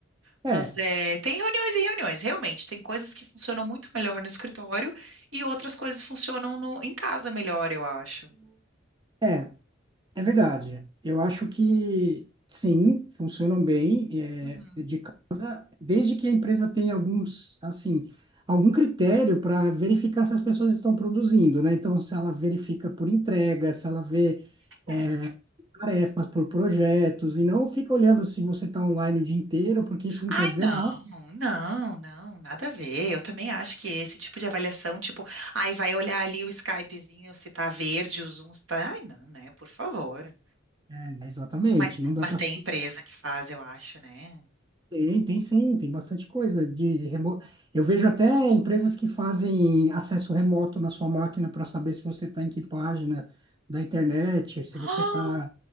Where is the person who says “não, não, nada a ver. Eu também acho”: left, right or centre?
Right